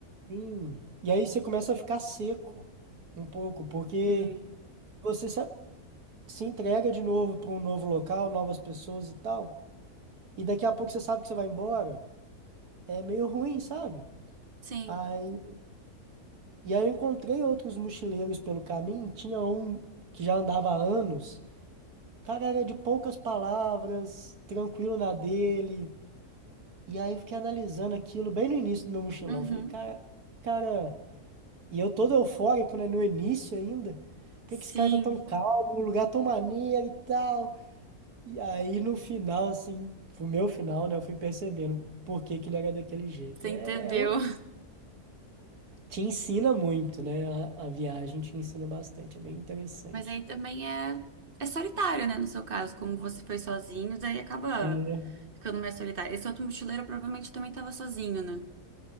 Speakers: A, on the right (about 80°); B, on the right (about 40°).
A: Sim. E aí você começa a ficar seco um pouco, porque
B: Sim,
A: você se, se entrega de novo para um novo local, novas pessoas e tal. E daqui a pouco você sabe que você vai embora. É meio ruim, sabe?
B: sim,
A: Aí, e aí eu encontrei outros mochileiros pelo caminho. Tinha um que já andava há anos. O cara era de poucas palavras, tranquilo na dele. E aí eu fiquei analisando aquilo bem no início do meu mochilão.
B: uhum,
A: Falei, cara, cara. E eu todo eufórico, né? No início ainda. Por
B: sim,
A: que que esse cara tá tão calmo? Um lugar tão maneiro e tal. E aí no final, assim, pro meu final, né? Eu fui percebendo por que que ele era daquele jeito.
B: você
A: É,
B: entendeu.
A: é louco.
B: <laughs>
A: Te ensina muito, né? A, a viagem te ensina bastante. É bem interessante.
B: Mas aí também é, é solitário, né? No seu caso, como você foi sozinho, daí acaba
A: É,
B: ficando mais solitário. Esse outro mochileiro provavelmente também estava sozinho, né?